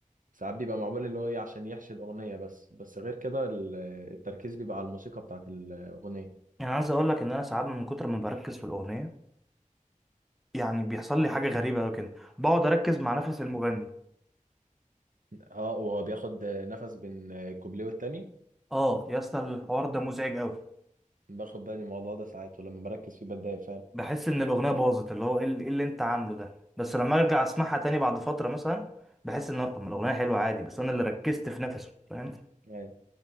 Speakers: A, on the right (about 75°); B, in the centre.
A: ساعات بيبقى معمول اللي هو ايه عشان يحشي الأغنية بس بس غير كده ال- التركيز بيبقى على الموسيقى بتاعت الأغنية
B: يعني عايز اقول لك ان انا ساعات من كتر ما بركز في الاغنيه يعني بيحصل لي حاجه غريبه قوي كده بقعد اركز مع نفس المغني
A: اه وهو بياخد نفس بين كوبليه والتاني
B: اه يا اسطى الحوار ده مزعج قوي
A: باخد بالي من الموضوع ده ساعات ولما بركز فيه بتضايق فعلا
B: بحس ان الاغنيه باظت اللي هو ايه اللي إيه اللي انت عامله ده بس لما ارجع اسمعها تاني بعد فتره مثلا بحس ان طب ما الاغنيه حلوه عادي بس انا اللي ركزت في نفسه فاهم
A: يعني